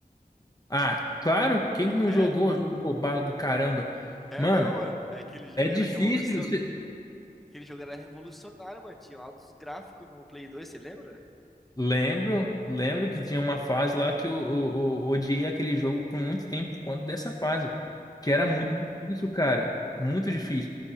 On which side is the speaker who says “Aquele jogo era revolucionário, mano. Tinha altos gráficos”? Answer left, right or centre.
Centre